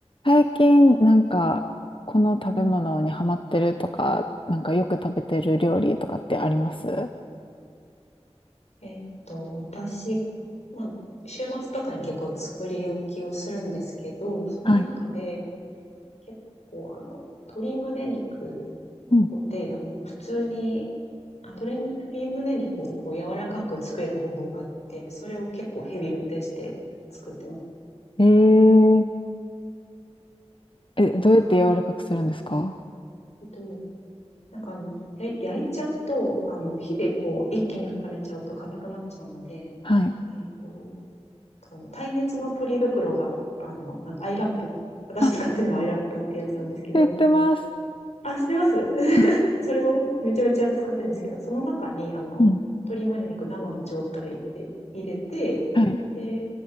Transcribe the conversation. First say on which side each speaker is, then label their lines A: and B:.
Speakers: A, on the left (about 50°); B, on the left (about 90°).
A: 最近、なんか、この食べ物にハマってるとか、なんかよく食べてる料理とかってあります
B: えっと、私、まあ、週末とかに結構作り置きをするんですけど、その中で
A: はい。
B: 結構あの、鶏胸肉
A: うん。
B: で、あの、普通に、あ、鶏、鶏胸肉をこう柔らかく作れる方法があって、それを結構ヘビロテして作ってます。
A: えー、え、どうやって柔らかくするんですか
B: なんか、えっと、なんかあの、や焼いちゃうと、あの、火でこう一気に温めちゃうと硬くなっちゃうので、
A: はい。
B: えっと、の耐熱のポリ袋が、あの、なんかアイラップ、私使ってるのはアイラップってやつなんですけど、
A: あ、知ってます。
B: あ、知ってます
A: うん
B: <laughs> それをめちゃめちゃ使ってるんですけど、その中に、あの、
A: うん。
B: 鶏胸肉生の状態で入れて、
A: はい。
B: で、